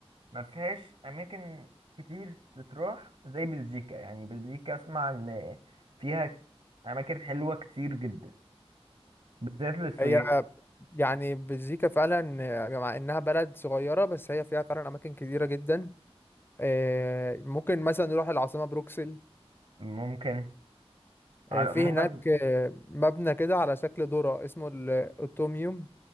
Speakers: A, on the right; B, on the left.
A: ما فيهاش اماكن كتير تتروح زي بلجيكا يعني بلجيكا اسمع ان فيها اماكن حلوه كتير جدا بالذات للسياح
B: هي يعني بلجيكا فعلا آه، مع انها بلد صغيرة بس هي فيها فعلا اماكن كتيرة جدا آه، ممكن مثلا نروح العاصمة بروكسل
A: ممكن ع-
B: آه، في
A: عموما
B: هناك آه، مبنى كده على شكل ذرة اسمه ال- الأوتوميوم